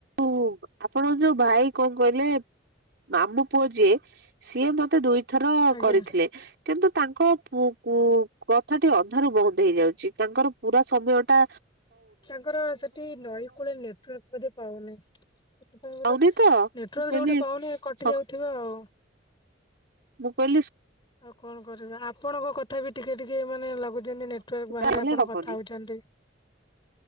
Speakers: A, on the right; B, on the left.
A: <unintelligible> ଆପଣଙ୍କ ଯୋଉ ଭାଇ, କଣ କହିଲେ ମାମୁ ପୁଅ ଯିଏ, ସିଏ ମତେ ଦୁଇ ଏଥର
B: ଆଜ୍ଞା।
A: କରିଥିଲେ। କିନ୍ତୁ ତାଙ୍କ ପୁ କୁ କଥାଟି ଅଧାରୁ ବନ୍ଦ ହେଇଯାଉଚି। ତାଙ୍କର ପୁରା ସମୟଟା
B: ତାଙ୍କର ସେଠି ନଈକୂଳେ ନେଟୱାର୍କ ବୋଧେ ପାଉନି। ସେଥିପାଇଁ ବୋଧେ,
A: ପାଉନି ତ
B: ନେଟୱାର୍କ
A: ମୁଁ କହିଲି
B: ଯୋଉଠି ପାଉନି କଟି
A: ସ
B: ଯାଉଥିବ ଆଉ।
A: ମୁଁ କହିଲି ସ୍କ୍
B: ଆଉ କଣ କରିବା? ଆପଣଙ୍କ କଥା ବି ଟିକେଟିକେ ମାନେ ଲାଗୁ ଯେମିତି ନେଟୱାର୍କ ବାହାରେ
A: ତାହେଲେ
B: ଆପଣ
A: ହବନି।
B: କଥା ହଉଛନ୍ତି।